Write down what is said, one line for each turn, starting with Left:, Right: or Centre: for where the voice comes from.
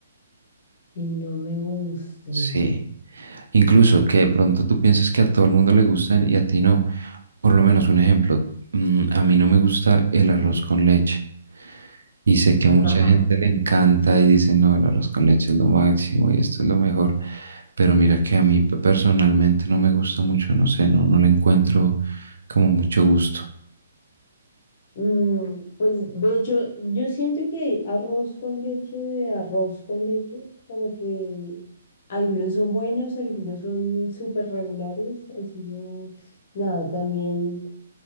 Left: que no me gusten.
Right: Sí, incluso que de pronto tú piensas que a todo el mundo le gustan y a ti no. Por lo menos un ejemplo, mm, a mí no me gusta el arroz con leche. Y sé que
Left: <laughs>
Right: a mucha gente le encanta y dice, no, el arroz con leche es lo máximo y esto es lo mejor. Pero mira que a mí pe- personalmente no me gusta mucho, no sé, no, no le encuentro como mucho gusto.
Left: Mm, pues de hecho, yo siento que arroz con leche, de arroz con leche, como que algunos son buenos, algunos son súper regulares, así que nada, también